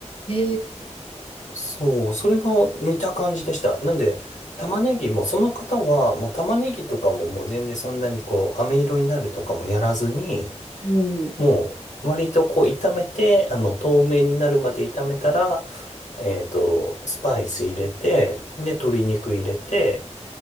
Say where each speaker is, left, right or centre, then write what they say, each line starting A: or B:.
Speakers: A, on the left; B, on the left.
A: ええ
B: そう、それも似た感じでした。なんで、玉ねぎも、その方は、もう玉ねぎとかももう全然そんなにこう、飴色になるとかもやらずに、
A: うん、
B: もう、割とこう、炒めて、あの、透明になるまで炒めたら、えっと、スパイス入れて、で、鶏肉入れて、